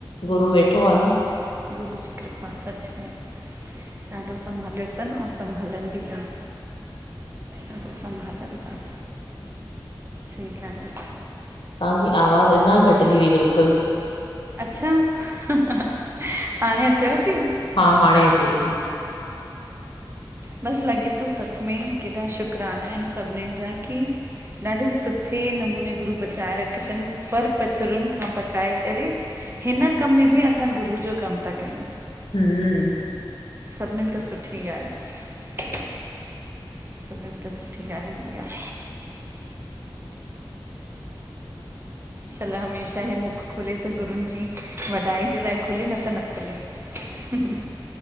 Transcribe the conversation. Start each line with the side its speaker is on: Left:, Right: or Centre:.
Left: गुरु वेठो आ न।
Right: गुरु जी कृपा सच में। ॾाढो संभालियो तन अंउं संभालनि बि ता। ॾाडो संभालन ता, सही ॻाल आ।
Left: तहांजी आवाज़ अंञां घटिजी वई बिल्कुल
Right: अच्छा, हहहा हाणें अचेव ती?
Left: हा हाणे अचे ती।
Right: बस लॻे तो सच में केॾा शुकराना इनि सभिनिन जा की ॾाढे सुठे नमूने गुरू बचाए रखियो तन, पर पचुरून खां बचाए करे हिन कम में बि असां गुरु जो कमु ता कयूं।
Left: हम्म!
Right: सभिनिन खां सुठी ॻाल्हि। सभिनिन खां सुठी ॻाल्हि इह्यई आ। छल हमेशा हे मुख खुले त ॻुरूनि जी वॾाई जे लाए खुले न त न खुले। ह